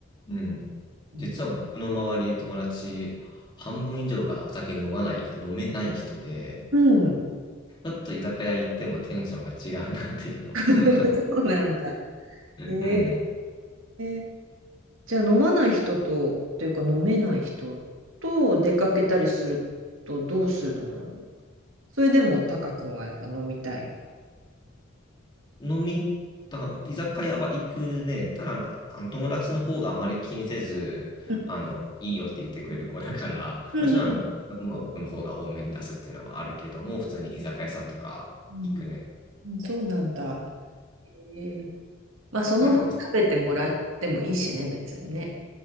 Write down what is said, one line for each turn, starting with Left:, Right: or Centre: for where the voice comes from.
Left: うん。
Right: うん
Left: 実は僕の周り、友達、半分以上がお酒飲まない、飲めない人で、
Right: うん
Left: ちょっと居酒屋行ってもテンションが違うなっていうのは、
Right: <laughs>。
Left: <laughs> かな
Right: そうなんだ。え
Left: うん。
Right: えじゃあ飲まない人と、というか飲めない人と出かけたりするとどうするのそれでもタカ君はやっぱ飲みたい。
Left: 飲みた、居酒屋は行くね。ただなんか、あの友達の方があまり気にせず、
Right: うん
Left: あの、いいよって言ってくれる子だから、
Right: うんうん
Left: もちろん、あの、飲むは奥の方が多めに出すっていうのはあるけども、普通に居酒屋さんとか行くね。
Right: うんそうなんだ。ええまあその分食べてもらってもいいしね、
Left: なんか、
Right: 別にね。